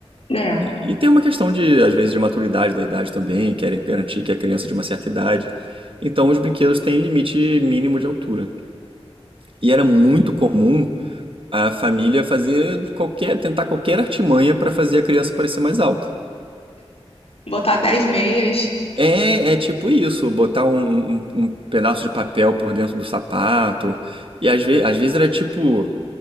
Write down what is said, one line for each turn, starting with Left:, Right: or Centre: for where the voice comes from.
Left: É.
Right: E tem uma questão de, às vezes, de maturidade da idade também, querem garantir que é criança é de uma certa idade. Então os brinquedos têm limite mínimo de altura. E era muito comum a família fazer qualquer, tentar qualquer artimanha para fazer a criança parecer mais alta.
Left: Botar 10 meias.
Right: É, é tipo isso, botar um, um- um pedaço de papel por dentro do sapato. E às, ve às vezes era tipo